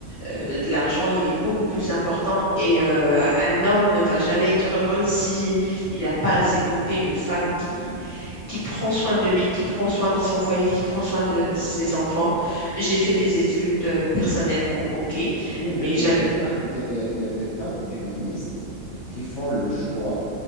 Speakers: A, on the left; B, on the left.
A: euh, de l'argent, il est beaucoup plus important et euh, un homme ne va jamais être heureux si il n'a pas à ses côtés une femme qui qui prend soin de lui, qui prend soin de son foyer, qui prend soin de ses enfants. J'ai fait des études euh, personnellement, ok,
B: Oui,
A: mais
B: mais il
A: j'a-
B: y a des femmes, il y a, il y a- il y a des femmes féministes qui font le choix